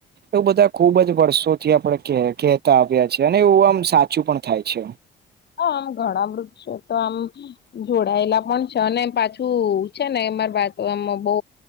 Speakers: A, on the right (about 55°); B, on the left (about 55°).
A: એું બધા ખુબ જ વર્ષોથી આપણે કહેતા આવ્યા છેએ અને એવું આમ સાચું પણ થાય છે
B: હ આમ ઘણા વૃદક્ષ છેો તો આમ જોડાયેલા પણ છે અને પાછું છે ને એમાર એમાં બહ